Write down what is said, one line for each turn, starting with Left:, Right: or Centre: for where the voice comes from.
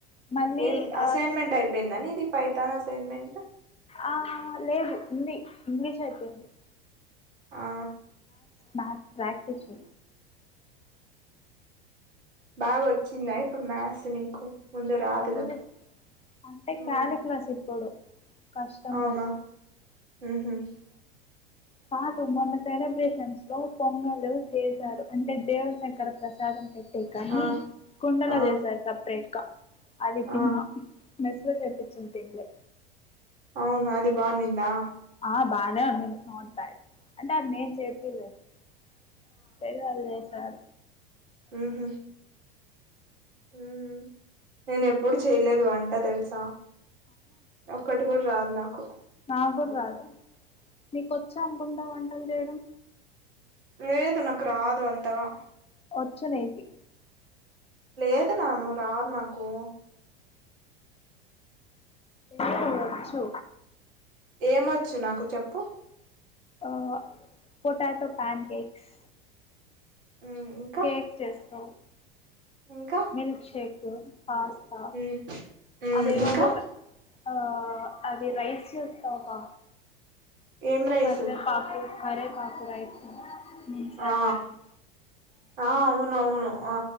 Left: మళ్ళీ
Right: ఏం అసైన్మెంట్
Left: ఆ
Right: అయిపోయిందా నీది పైతాన్ అసైన్మెంట్.
Left: ఆ లేదు ఉంది ఇంగ్లీష్ అయిపోయింది.
Right: ఆ
Left: మ్యాస్ ప్రాక్టీస్ చే.
Right: బాగా వచ్చిందా ఇప్పుడు మ్యాస్ నీకు. ముందు రాదు
Left: పర్లేదు
Right: కదా
Left: అంటే
Right: మ్,
Left: కాలిక్లాస్ ఇప్పుడు. కష్టం
Right: అవునా
Left: మది.
Right: <unintelligible>
Left: కాదు మొన్న సెలబ్రేషన్స్ లో పొంగలు చేశారు అంటే దేవ శంకర ప్రసాదం పెట్. కహి,
Right: ఆ
Left: కుండలా
Right: ఆ
Left: చెసారు సపరేట్ కా. అది తిన్నా,
Right: ఆ
Left: మెస్లొ చేపించింది తింలే.
Right: అవును అది బా నిందా.
Left: ఆ బానే ఉంది నాట్ బ్యాడ్, అంటే అది నేను చేపీయలేదు. <unintelligible>
Right: హుహు హ్మ్ నేను ఎప్పుడు చేయలేదు అంటా తెలుసా, ఒక్కటి కూడా. రాదు నాకు.
Left: నా కూడా రాదు, నీకొచ్చా అనుకుంటా వంటలు చేయడం.
Right: లేదు నాకు రాదు అంతగా.
Left: ఒచ్చు నికి.
Right: లేదు నాను రాదు నాకు.
Left: ఏ వచ్చు.
Right: ఏమొచ్చు నాకు చెప్పు.
Left: ఆ పొటాటో ప్యాన్ కేక్స్.
Right: మ్, ఇంకా
Left: కేక్ చేస్తావ్.
Right: ఇంకా
Left: మిల్క్ షేక్. పాస్తా,
Right: ఉమ్ ఉమ్
Left: అవేవేవొర్
Right: ఇంకా
Left: ఆ అది రైస్ తోఫా
Right: ఏం రైస్
Left: కరవే పాకు కరేపాకు రైస్ <unintelligible>
Right: ఆ ఆ అవునవును ఆ